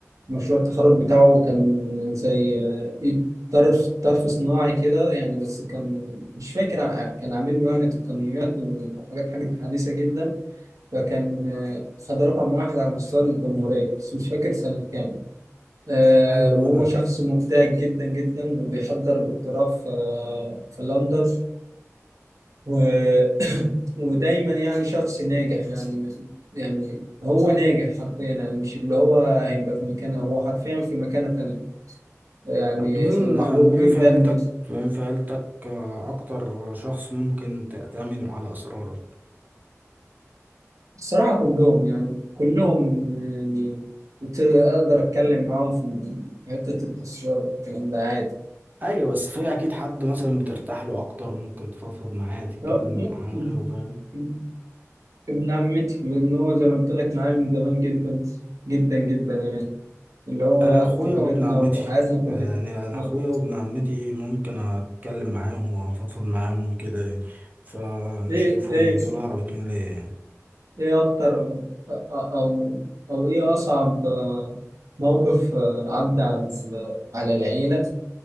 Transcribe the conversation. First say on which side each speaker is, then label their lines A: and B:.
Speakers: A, on the right; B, on the right.
A: مشروع التخرج بتاعه كان زي آه، إيد طرف طرف صناعي كده يعني بس كان مش فاكر ع- كان عامل له يعني تقنيات وحاجات حاجة حديثة جدا فكان آه، خد رقم واحد على مستوى الجمهورية بس مش فاكر سنة كام آه،
B: حلو
A: وهو
B: ده
A: شخص مبتهج جدا جدا وبيحضر دكتوراه في آه، في لندن و... <coughs> <clears throat> ودايما يعني شخص ناجح يعني يعني هو ناجح حرفيا يعني مش اللي هو هيبقى في مكانه هو حرفيا في مكانة تانية يعني
B: طب مين
A: ومحبوب
B: مين
A: جدا
B: في عيلتك مين في عيلتك آه، اكتر شخص ممكن تأتمنه على اسراره
A: الصراحة كلهم يعني كلهم يعني كنت أقدر أتكلم معاهم في حتة التصوير والكلام ده عادي
B: ايوه بس في اكيد حد مثلا بترتاح له اكتر ممكن تفضفض معاه تتكلم
A: هو
B: عن
A: م-
B: غيره فاهم
A: ابن عمتي لأن هو زي ما قلت لك معايا من زمان جدا جدا جدا يعني اللي هو
B: انا اخويا
A: طفولتنا
B: وابن عمتي
A: وحياتنا كلها
B: يعني انا
A: آه.
B: اخويا وابن عمتي ممكن اتكلم معاهم وافضفض معاهم وكده يعني. فانا
A: إيه
B: شايفهم
A: إيه
B: دول اقرب اتنين ليا يعني.
A: إيه أكتر أو أو إيه أصعب آه، موقف آه، عدى على ال- على العيلة